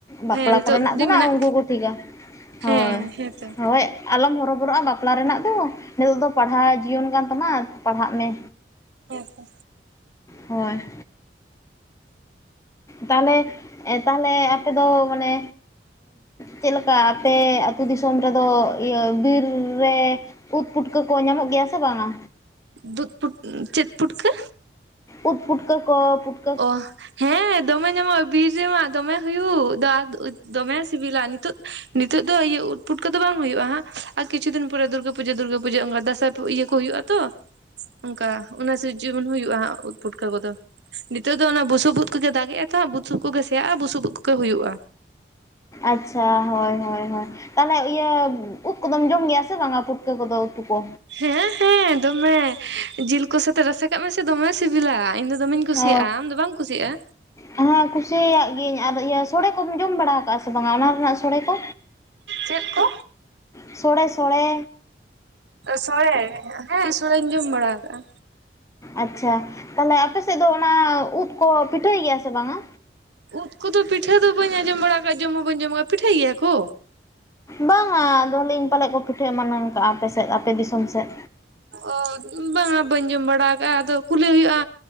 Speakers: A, on the left (about 15°); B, on the right (about 70°).
A: ᱵᱟᱯᱞᱟ
B: ᱦᱮᱸ ᱱᱤᱛᱚᱜ
A: ᱠᱚᱨᱮᱱᱟᱜ ᱫᱚ ᱱᱟᱜ
B: ᱢᱮᱱᱟᱜ
A: ᱩᱱᱠᱩ ᱠᱚ ᱴᱷᱤᱠᱟ ᱦᱳᱭ
B: ᱦᱮᱸ ᱦᱮᱸᱛᱚ
A: ᱦᱳᱭ ᱟᱞᱚᱢ ᱦᱚᱨᱚᱵᱚᱨᱚᱜᱼᱟ ᱵᱟᱯᱞᱟ ᱨᱮᱱᱟᱜ ᱫᱚ ᱱᱤᱛᱚᱜ ᱫᱚ ᱯᱟᱲᱦᱟᱣ ᱡᱤᱭᱚᱱ ᱠᱟᱱ ᱛᱟᱢᱟ ᱯᱟᱲᱦᱟᱜ ᱢᱮ
B: ᱦᱮᱸ ᱛᱚ
A: ᱦᱳᱭ ᱛᱟᱦᱚᱞᱮ ᱮᱸ ᱛᱟᱦᱚᱞᱮ ᱟᱯᱮ ᱫᱚ ᱢᱟᱱᱮ ᱪᱮᱫᱞᱮᱠᱟ ᱟᱯᱮ ᱟᱹᱛᱩ ᱫᱤᱥᱚᱢ ᱨᱮᱫᱚ ᱤᱭᱟᱹ ᱵᱤᱨ ᱨᱮ ᱩᱫ ᱯᱩᱴᱠᱟᱹ ᱠᱚ ᱧᱟᱢᱚᱜ ᱜᱮᱭᱟ ᱥᱮ ᱵᱟᱝᱟ
B: ᱫᱩᱫ ᱯᱩᱴ ᱪᱮᱫ ᱯᱩᱴᱠᱟᱹ
A: ᱩᱴ ᱯᱩᱴᱠ ᱠᱚ ᱯᱩᱴ
B: ᱚ ᱦᱮᱸ ᱫᱚᱢᱮ ᱧᱟᱢᱚᱜ ᱵᱤᱨ ᱨᱮᱢᱟ ᱫᱚᱢᱮ ᱦᱩᱭᱩᱜ ᱫᱚᱢᱮ ᱥᱤᱵᱤᱞᱟ ᱱᱤᱛᱚᱜ ᱱᱤᱛᱚᱜ ᱫᱚ ᱤᱭᱟᱹ ᱩᱴ ᱯᱩᱴᱠᱟ ᱫᱚ ᱵᱟᱝ ᱦᱩᱭᱩᱜᱼᱟ ᱦᱟᱸᱜ ᱟᱨ ᱠᱤᱪᱷᱩ ᱫᱤᱱ ᱯᱚᱨᱮ ᱫᱩᱨᱜᱟᱹ ᱯᱩᱡᱟᱹ ᱫᱩᱨᱜᱟᱹ ᱯᱩᱡᱟᱹ ᱚᱱᱠᱟ ᱫᱟᱸᱥᱟᱭ ᱤᱭᱟᱹ ᱠᱚ ᱦᱩᱭᱩᱜᱼᱟ ᱛᱚ ᱚᱱᱠᱟ ᱚᱱᱟ ᱥᱮ ᱡᱮᱢᱚᱱ ᱦᱩᱭᱩᱜᱼᱟ ᱦᱟᱸᱩᱫ ᱯᱩᱴᱠᱟᱹ ᱠᱚᱫᱚ ᱱᱤᱛᱚᱜ ᱫᱚ ᱚᱱᱟ ᱵᱩᱥᱩᱵ ᱩᱫ ᱠᱚᱜᱮ ᱫᱟᱜ ᱮᱼᱟ ᱛᱚ ᱵᱩᱥᱩᱵ ᱠᱚᱜᱮ ᱥᱮᱭᱟᱜᱼᱟ ᱵᱩᱥᱩᱵ ᱠᱚᱜᱮ ᱦᱩᱭᱩᱜᱼᱟ
A: ᱟᱪᱪᱷᱟ ᱦᱳᱭ ᱦᱳᱭ ᱦᱳᱭ ᱛᱟᱦᱚᱞᱮ ᱤᱭᱟᱹ ᱩᱫ ᱠᱚᱫᱚᱢ ᱡᱚᱢ ᱜᱮᱭᱟ ᱥᱮ ᱵᱟᱝᱟ ᱯᱷᱩᱴᱠᱟᱹ ᱠᱚᱫᱚ ᱩᱛᱩ ᱠᱚ
B: ᱦᱮᱸ ᱦᱮᱸ ᱫᱚᱢᱮ ᱡᱤᱞ ᱠᱚ ᱥᱟᱛᱮ ᱨᱟᱥᱮ ᱠᱟᱜ ᱢᱮᱥᱮ ᱫᱚᱢᱮ ᱥᱤᱵᱤᱞᱟ ᱤᱧ ᱫᱚ ᱫᱚᱢᱮᱧ ᱠᱩᱥᱤᱭᱟᱜᱼᱟ
A: ᱚ
B: ᱟᱢ ᱫᱚ ᱵᱟᱢ ᱠᱩᱥᱤᱭᱟᱜᱼᱟ
A: ᱦᱮᱸ ᱠᱩᱥᱤᱭᱟᱜ ᱜᱤᱭᱟᱹᱧ ᱟᱨ ᱤᱭᱟᱹ ᱥᱚᱲᱮ ᱠᱚᱢ ᱡᱚᱢ ᱵᱟᱲᱟ ᱟᱠᱟᱟᱜᱼᱟ ᱥᱮ ᱵᱟᱝᱟ ᱚᱱᱟ ᱨᱮᱱᱟᱜ ᱥᱚᱲᱮ ᱠᱚ
B: ᱪᱮᱫ ᱠᱚ
A: ᱥᱚᱲᱮ ᱥᱚᱲᱮ
B: ᱥᱚᱲᱮ ᱦᱮᱸ ᱥᱚᱲᱮᱧ ᱡᱚᱢ ᱵᱟᱲᱟ ᱟᱠᱟᱫᱟ
A: ᱟᱪᱷᱟ ᱛᱟᱦᱞᱮ ᱟᱯᱮ ᱥᱮᱫ ᱫᱚ ᱚᱱᱟ ᱩᱫ ᱠᱚ ᱯᱤᱴᱷᱟᱹᱭ ᱜᱮᱭᱟ ᱥᱮ ᱵᱟᱝᱟ
B: ᱩᱫ ᱠᱚᱫᱚ ᱯᱤᱴᱷᱟᱹ ᱫᱚ ᱵᱟᱹᱧ ᱟᱸᱡᱚᱢ ᱵᱟᱲᱟ ᱟᱠᱟᱫ ᱡᱚᱢ ᱦᱚᱸ ᱵᱟᱹᱧ ᱡᱚᱢ ᱟᱠᱟᱜᱼᱟ ᱯᱤᱴᱷᱟᱹᱭ ᱜᱮᱭᱟ ᱠᱚ
A: ᱵᱟᱝᱟ ᱫᱚ ᱟᱦᱚᱞᱮ ᱤᱧ ᱯᱟᱞᱮᱫ ᱠᱚ ᱯᱤᱴᱷᱟᱹ ᱮᱢᱟᱱᱟᱝ ᱠᱟᱜᱼᱟ ᱟᱯᱮ ᱥᱮᱫ ᱟᱯᱮ ᱫᱤᱥᱚᱢ ᱥᱮᱫ
B: ᱚ ᱵᱟᱝᱟ ᱵᱟᱹᱧ ᱡᱚᱢ ᱵᱟᱲᱟ ᱟᱠᱟᱜᱼᱟ ᱟᱫᱚ ᱠᱩᱞᱤ ᱦᱩᱭᱩᱜᱼᱟ